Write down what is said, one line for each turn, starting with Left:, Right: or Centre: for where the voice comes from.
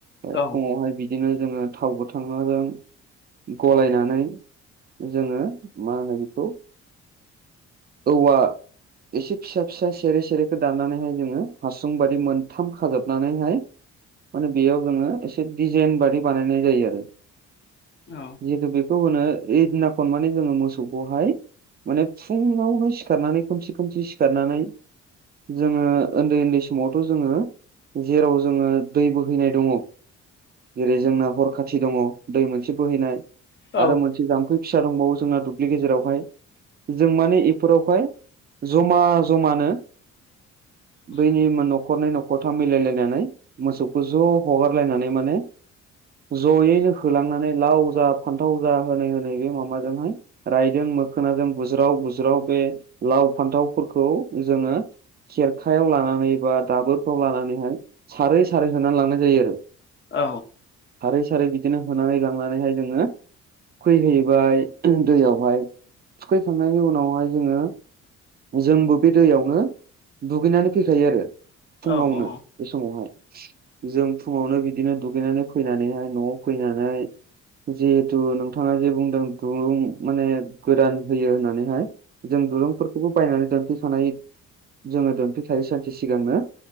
Right: फुङावहाय
Left: औ
Right: बिदिनो जोङो थाव गोथांजों गलायनानै जोङो मा होनो बेखौ औवा एसे फिसा फिसा सेरे सेरेखौ दाननानैहाय जोङो हासुं बादि मोनथाम खाजोबनानैहाय माने बेयाव जोङो एसे डिजाइन बादि बानायनाय जायो आरो
Left: औ
Right: जिहेथु बेखौ होनो ओइदिना खननानै जोङो मोसौखौहाय माने फुङावनो सिखारनानै खमसे खमसे सिखारनानै जोङो उन्दै उन्दै समावथ' जोङो जेराव जोङो दै बोहैनाय दङ जेरै जोंना हर खाथि दङ दै मोनसे बोहैनाय
Left: औ
Right: आरो मोनसे जाम्फै फिसा दंबावो जोंना दुब्लि गेजेरावहाय जों माने बेफोरावहाय जमा जमानो
Left: <inaudible>
Right: बैनि न'खरनै न'खरथाम मिलायलायनानै मोसौखौ ज' हगारलायनानै माने जयैनो होलांनानै लाव जा फान्थाव जा होनै होनै बे माबाजोंहाय रायदों मोखोनाजों बुज्राव बुज्राव बे लाव फान्थावफोरखौ जोङो खेरखायाव लानानै बा दाबोरफ्राव लानानैहाय सारै सारै होनानै लांनाय जायो आरो
Left: औ
Right: सारै सारै बिदिनो होनानै लांनानैहाय जोङो थुखैहैबाय दैयावहाय थुखैखांनायनि उनावहाय जोङो जोंबो बे दैयावनो दुगैनानै फैखायो आरो फुङावनो
Left: औ औ
Right: बे समावहाय जों फुङावनो बिदि बिदिनो दुगैनानै फैनानैहाय न'आव फैनानै जिहेथु नोंथाङा जे बुंदों दुरुं माने गोदान होयो होननानैहाय जों दुरुंफोरखौबो बायनानै दोनथैखानाय जोङो दोनफै खायो सानसे सिगांनो